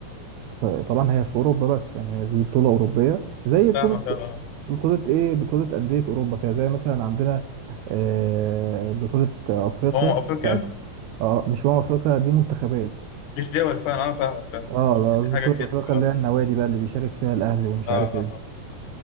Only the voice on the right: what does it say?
في طبعا هي في أوروبا بس يعني هي دي بطولة أوروبية زي بطولة
بطولة إيه بطولة أندية أوروبا كده زي مثلا عندنا آه، بطولة أفريقيا
بتاعت اه مش هو أفريقيا دي منتخبات
اه
قصدي
بطولة
أفريقيا
اللي هي النوادي بقى اللي بيشارك فيها الأهلي ومش
عارف إيه